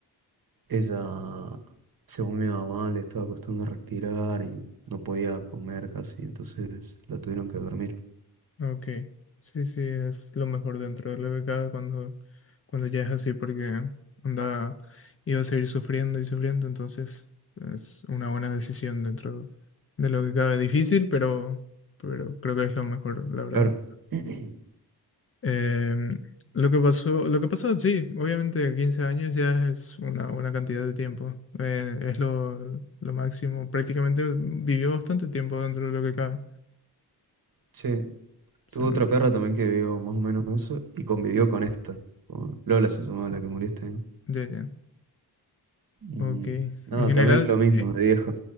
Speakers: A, on the right; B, on the left.
A: ella, según mi mamá, le estaba costando respirar y no podía comer casi, entonces la tuvieron que dormir.
B: Ok. Sí, sí, es lo mejor dentro de lo que cabe cuando, cuando ya es así, porque anda, iba a seguir sufriendo y sufriendo, entonces es una buena decisión dentro de lo que cabe. Difícil, pero, pero creo que es lo mejor, la verdad.
A: Claro. <clears throat>
B: Em, lo que pasó, lo que pasó, sí, obviamente 15 años ya es una buena cantidad de tiempo. Eh, es lo, lo máximo. Prácticamente vivió bastante tiempo dentro de lo que cabe.
A: Sí,
B: Se
A: tuve
B: nota.
A: otra perra también que vivió más o menos eso y convivió con esta. con Lola se llamaba la que murió este año.
B: Ya, ya.
A: Y
B: Ok. En
A: no,
B: general,
A: también lo mismo
B: eh,
A: de viejo.